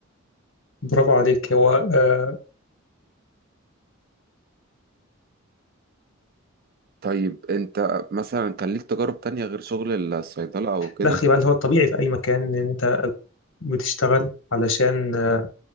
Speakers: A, on the left; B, on the right.
A: برافو عليك هو آه،
B: طيب انت مثلا كان ليك تجارب تانية غير شغل الصيدلة او كده
A: دخلي بقى اللي هو الطبيعي في أي مكان إن أنت بتشتغل علشان آه،